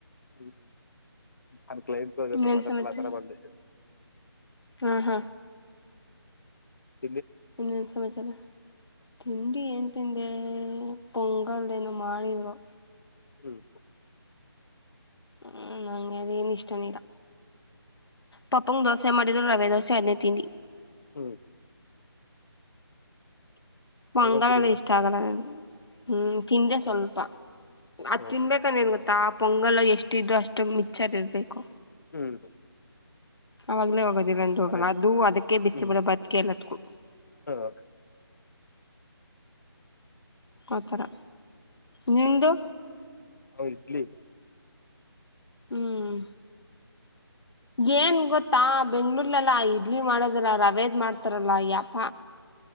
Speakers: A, on the left; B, on the left.
A: ಹ್ಮ್ ಅಂದ ಕ್ಲೈಂಟ್
B: ಇನ್ನೇನ್
A: ಜೊತೆ ಮಾತಾತಲ್ಲ
B: ಸಮಾಚಾರ
A: ಆತರ ಬಂದ
B: ಹಾ ಹಾ
A: ಕ್ರಿ
B: ಇನ್ನ ಸಮಾಚಾರ ತಿಂಡಿ ಏನ್ ತಿಂದೆ ಪೊಂಗಲ್ದ ನ ಮಾಡಿದ್ರು
A: ಹ್ಮ್
B: ಹ್ಮ ನಂಗೆ ಅದೇನ್ ಇಷ್ಟನಿಲ್ಲ ಪಾಪಂಗ ದೋಸೆ ಮಾಡಿದ್ ರವೆ ದೋಸೆ ಹದನೇ ತಿನ್ನಿ
A: ಹ್ಮ್
B: ಪೊಂಗಾಲಲ್ಲ
A: ಪೊಂಗಲ್ ತಿನ್ನಿಲ್ವಾ
B: ಇಷ್ಟ ಆಗ ಹ್ಮ್ ತಿಂಡೇ ಸಲ್ಪಾ ಅದ್
A: ಓ
B: ತಿನ್ಬೇಕಂದ
A: ಓಕೆ
B: ಏನ್ ಗೊತ್ತಾ ಪೊಂಗಲ್ ಎಷ್ಟ ಇದ್ದು ಅಷ್ಟು ಮಿಚ್ಚರ್ ಇರ್ಬೇಕು
A: ಹ್ಮ್
B: ಅವಾಗ್ಲೇ ಹೋಗೋದಿಲ್ಲಂದ
A: ಮನೆ
B: ಅದು ಅದಕ್ಕೆ ಬಿಸಿ
A: ಹ್ಮ್
B: ಬಿಡ ಬತ್ಕ ಎಲ್ಲತ್ಕೂ
A: ಹ ನಾವು
B: ಆಥರ ನಿಂದುು
A: ಇಡ್ಲಿ
B: ಹ್ಮ್ ಏನ್ ಗೊತ್ತ ತಾ ಬೆಂಗ್ಗಳೂರ್ಲಲ್ಲ ಇಡ್ಲಿ ಮಾಡದಲ್ಲ ರವೆೇದ್ ಮಾಡ್ತಾರಲ್ಲ ಯಪ್ಪ